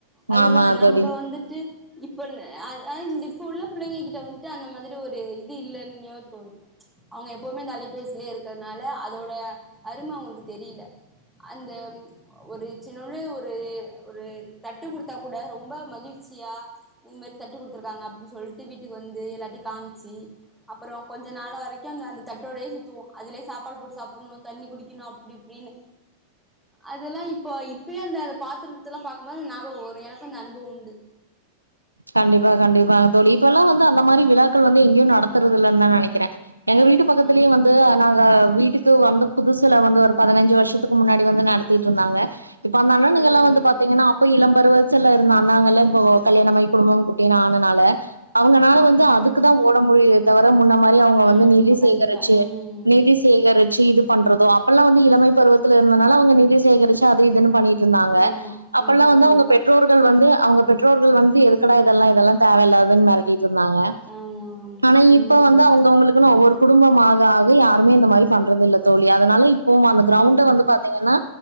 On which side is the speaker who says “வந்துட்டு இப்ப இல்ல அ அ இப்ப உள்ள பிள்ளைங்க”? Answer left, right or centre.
Centre